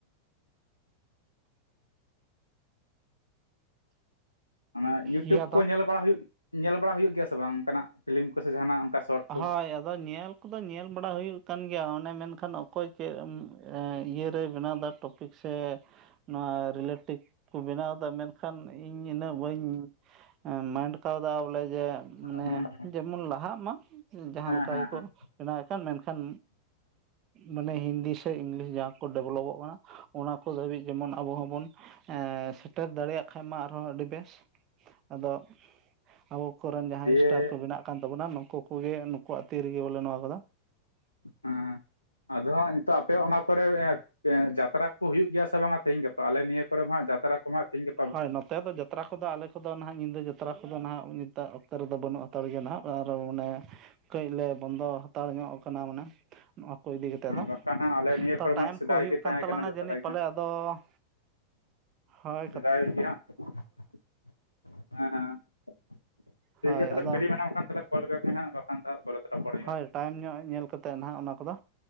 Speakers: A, on the left (about 85°); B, on the right (about 35°).
A: ᱚᱱᱟ ᱤᱭᱩᱴᱩᱵᱽ
B: ᱤᱭᱟᱹ
A: ᱠᱚ
B: ᱫᱚ
A: ᱧᱮᱞ ᱵᱟᱲᱟ ᱦᱩᱭᱩᱜ ᱧᱮᱞ ᱵᱟᱲᱟ ᱦᱩᱭᱩᱜ ᱜᱮᱭᱟ ᱥᱮ ᱵᱟᱝ ᱚᱱᱠᱟᱱᱟᱜ ᱯᱷᱤᱞᱤᱢ ᱠᱚ ᱥᱮ ᱡᱟᱦᱱᱟᱜ ᱚᱱᱠᱟ? ᱥᱚᱴ ᱠᱚ
B: ᱦᱳᱭ ᱟᱫᱚ ᱧᱮᱞ ᱧᱮᱞ ᱵᱟᱲᱟ ᱦᱩᱭᱩᱜ ᱠᱟᱱ ᱜᱮᱭᱟ ᱚᱱᱮ ᱢᱮᱱᱠᱷᱟᱱ ᱚᱠᱚᱭ ᱪᱮᱫ ᱤᱭᱟᱹᱨᱮᱭ ᱵᱮᱱᱟᱣ ᱮᱫᱟ ᱥᱮ ᱱᱚᱣᱟ ᱨᱤᱞᱮᱴᱤᱠ ᱠᱚ ᱵᱮᱱᱟᱣ ᱢᱮᱱᱠᱷᱟᱱ ᱤᱧ ᱤᱱᱟᱹᱜ ᱵᱟᱹᱧ ᱢᱟᱭᱤᱱᱰ ᱠᱟᱣᱫᱟ ᱵᱚᱞᱮ ᱡᱮ ᱢᱟᱱᱮ
A: ᱦᱮᱸ
B: ᱡᱮᱢᱚᱱ ᱞᱟᱦᱟᱜ ᱢᱟ ᱡᱟᱦᱟᱸ
A: ᱦᱮᱸ
B: ᱞᱮᱠᱟ
A: ᱦᱮᱸ
B: ᱜᱮᱠᱚ
A: ᱦᱮᱸ ᱦᱮᱸ
B: ᱵᱮᱱᱟᱣᱮᱫ ᱠᱟᱱ ᱢᱮᱱᱠᱷᱟᱱ ᱢᱟᱱᱮ ᱦᱤᱱᱫᱤ ᱥᱮ ᱤᱝᱞᱤᱥ ᱡᱟᱦᱟᱸ ᱠᱚ ᱰᱮᱵᱷᱞᱚᱯᱚᱜ ᱠᱟᱱᱟ ᱚᱱᱟ ᱠᱚ ᱫᱷᱟᱹᱵᱤᱡ ᱡᱮᱢᱚᱱ ᱟᱵᱚ ᱦᱚᱸᱵᱚᱱ ᱮ ᱥᱮᱴᱮᱨ ᱫᱟᱲᱮᱭᱟᱜ ᱠᱷᱟᱱ ᱢᱟ ᱟᱨᱦᱚᱸ ᱟᱹᱰᱤ ᱵᱮᱥ ᱟᱫᱚ ᱟᱵᱚ ᱠᱚᱨᱮᱱ ᱡᱟᱦᱟᱸᱭ
A: ᱫᱤᱭᱮ
B: ᱥᱴᱟᱨ ᱠᱚ ᱵᱮᱱᱟᱜ ᱠᱟᱱ ᱛᱟᱵᱚᱱᱟ ᱱᱩᱠᱩᱣᱟᱜ ᱛᱤ ᱨᱤᱜᱤ ᱵᱚᱞᱮ ᱱᱚᱣᱟ ᱠᱚᱫᱚ
A: ᱦᱮᱸ ᱟᱫᱚ ᱦᱟᱸᱜ ᱱᱤᱛᱚᱜ ᱟᱯᱮ ᱚᱱᱟ ᱠᱚᱨᱮ ᱡᱟᱛᱨᱟ ᱠᱚ ᱦᱩᱭᱩᱜ ᱜᱮᱭᱟ ᱥᱮ ᱵᱟᱝ ᱛᱮᱦᱤᱧ ᱜᱟᱯᱟ ᱟᱞᱮ ᱱᱤᱭᱟᱹ ᱠᱚᱨᱮ ᱦᱟᱸᱜ ᱡᱟᱛᱨᱟ ᱠᱚ ᱦᱟᱸᱜ ᱛᱤᱦᱤᱧ
B: ᱦᱚᱭ ᱱᱚᱛᱮ ᱫᱚ ᱡᱟᱛᱨᱟ ᱠᱚᱫᱚ ᱟᱞᱮ ᱠᱚᱫᱚ ᱱᱟᱦᱟᱜ ᱧᱤᱫᱟᱹ ᱡᱟᱛᱨᱟ ᱠᱚᱫᱚ ᱱᱟᱦᱟᱜ ᱱᱤᱛᱟᱜ ᱚᱠᱛᱚ ᱨᱮᱫᱚ ᱵᱟᱹᱱᱩᱜ ᱦᱟᱛᱟᱲ ᱜᱮ ᱱᱟᱦᱟᱜ ᱟᱨ ᱚᱱᱮ ᱠᱟᱹᱡ ᱞᱮ ᱵᱚᱱᱫᱚ ᱦᱟᱛᱟᱲ ᱧᱚᱜ ᱠᱟᱱᱟ ᱢᱟᱱᱮ ᱱᱚᱣᱟ ᱠᱚ ᱤᱫᱤ ᱠᱟᱛᱮ ᱫᱚ,
A: ᱵᱟᱠᱷᱟᱱ ᱦᱟᱸᱜ ᱟᱞᱮ ᱱᱤᱭᱟᱹ ᱠᱚᱨᱮ
B: ᱛᱚ
A: ᱢᱟ
B: ᱴᱟᱭᱤᱢ
A: ᱟᱹᱰᱤ ᱥᱮᱫᱟᱭ
B: ᱠᱚ ᱦᱩᱭᱩᱜ
A: ᱜᱮ ᱛᱟᱦᱮᱸ
B: ᱠᱟᱱ ᱛᱟᱞᱟᱝᱟ
A: ᱠᱟᱱᱟ ᱡᱟᱛᱨᱟ
B: ᱡᱟᱹᱱᱤᱡ
A: ᱜᱮ
B: ᱯᱟᱞᱮ
A: ᱦᱟᱸᱜ
B: ᱟᱫᱚ ᱦᱚᱭ
A: ᱦᱮᱸ ᱴᱷᱤᱠ
B: ᱦᱳᱭ
A: ᱜᱮᱭᱟ ᱛᱟᱦᱚᱞᱮ
B: ᱟᱫᱚ
A: ᱯᱷᱤᱨᱤ ᱢᱮᱱᱟᱢ ᱠᱷᱟᱱ ᱛᱟᱦᱚᱞᱮ ᱠᱚᱞ ᱵᱮᱠ ᱢᱮ ᱦᱟᱸᱜ ᱵᱟᱠᱷᱟᱱ ᱫᱚ ᱦᱟᱸᱜ ᱯᱚᱨᱮᱛᱮ ᱨᱚᱯᱚᱲ ᱦᱩᱭᱩᱜᱼᱟ᱾
B: ᱦᱳᱭ ᱴᱟᱭᱤᱢ ᱧᱚᱜ ᱧᱮᱞ ᱠᱟᱛᱮᱫ ᱱᱟᱦᱟᱜ ᱚᱱᱟ ᱠᱚᱫᱚ